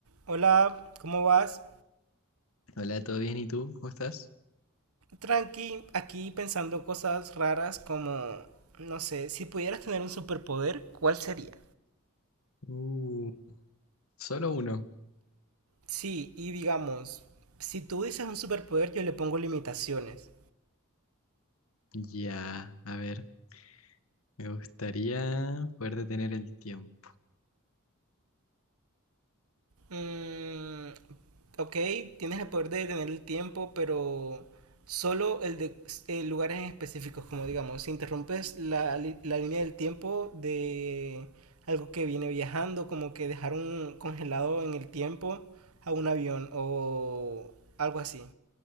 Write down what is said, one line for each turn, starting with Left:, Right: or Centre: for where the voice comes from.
Right: Hola, ¿cómo vas?
Left: Hola, ¿todo bien? ¿Y tú? ¿Cómo estás?
Right: Tranqui, aquí pensando cosas raras como, no sé, si pudieras tener un superpoder, ¿cuál sería?
Left: Uh, Solo uno.
Right: Sí, y digamos, si tú dices un superpoder, yo le pongo limitaciones.
Left: Ya, a ver, me gustaría poder detener el tiempo.
Right: Mm, ok, tienes el poder de detener el tiempo, pero solo el de eh, lugares en específicos, como digamos, si interrumpes la, li- la línea del tiempo de algo que viene viajando, como que dejar un congelado en el tiempo a un avión o algo así.